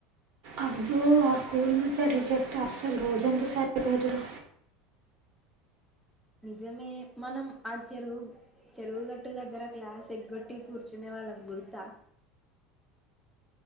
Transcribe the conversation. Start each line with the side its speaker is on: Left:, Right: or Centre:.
Right: అబ్బో ఆ స్కూల్ ముచట్లు చెప్తే అస్సలు రోజంతా సరిపోదు రా
Centre: నిజమే మనం ఆ చెరువు చెరువుగట్టు దగ్గర క్లాస్ ఎగ్గొట్టి కూర్చునే వాళ్ళం బుడతా